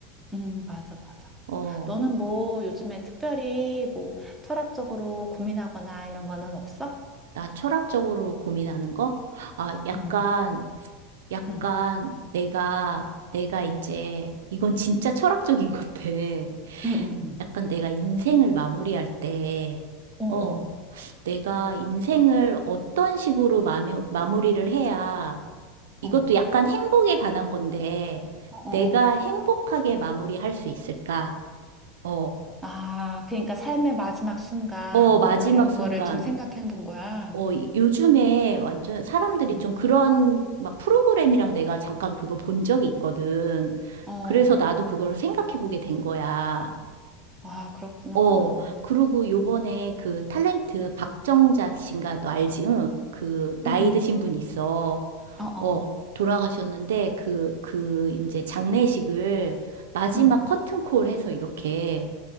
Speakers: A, in the centre; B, on the right.
A: 음, 맞아, 맞아.
B: 어.
A: 너는 뭐 요즘에 특별히 뭐 철학적으로 고민하거나 이런 거는 없어?
B: 나 철학적으로 고민하는 거? 아, 약간,
A: 음,
B: 약간
A: 음,
B: 내가, 내가 이제, 이건 진짜 철학적인 <laughs> 건데,
A: 음, 음, 음.
B: 약간 내가 인생을 마무리할 때,
A: 어, 어,
B: 어, 내가 인생을 어떤 식으로 마무, 마무리를 해야,
A: 어,
B: 이것도 약간 행복에 관한 건데,
A: 어,
B: 내가
A: 어. 어.
B: 행복하게 마무리할 수 있을까? 어,
A: 아, 그러니까 삶의 마지막 순간,
B: 어, 마지막
A: 막 이런
B: 순간.
A: 거를 좀 생각해 본 거야.
B: 어, 이- 요즘에 완전 사람들이
A: 음.
B: 좀 그런 막 프로그램이랑 내가 잠깐 그거 본 적이 있거든.
A: 어,
B: 그래서 나도 그걸 생각해 보게 된 거야.
A: 아, 그렇구나.
B: 어, 그리고 요번에 그 탤런트 박정자 씨인가 너 알지? 응? 그 나이
A: 응응
B: 드신 분 있어.
A: 어, 어.
B: 어, 돌아가셨는데 그, 그 이제 장례식을 마지막
A: 응
B: 커튼콜 해서 이렇게,